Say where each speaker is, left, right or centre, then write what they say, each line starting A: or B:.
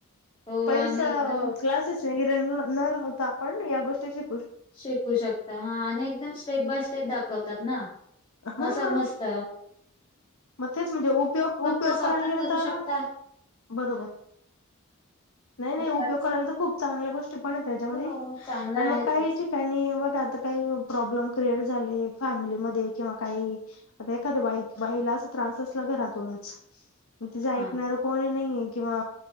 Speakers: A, on the left; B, on the left.
A: हो
B: पैसा
A: आणि एकदम
B: क्लासेस. विगीरण न लावता आपण या गोष्टींची
A: शिकू शकता हा आणि एकदम स्टेप बॉर्य स्टेप दाखवतात ना.
B: हा
A: मसा मस्त.
B: मग तेचं म्हणजे उपयोग उपयोग
A: तर स्वतः
B: करायला गेले
A: करू
B: तर
A: शकता
B: बरोबर. नाही नाही
A: मग
B: उपयोग
A: त्याच
B: करायला तर खूप चांगल्या गोष्टी पण आहे त्याच्यामध्ये
A: हो चांगले
B: आणि
A: आहेतच
B: मग काही ठिक. त्याणी आता बघा काही प्रॉब्लेम क्रिएट झाले फॅमिलीमध्ये किंवाकाही एखाद्या एका बाईला त्रास असला घरातूनच तीच अयकणारा
A: हा
B: कोणीनाहीआहे. किंवा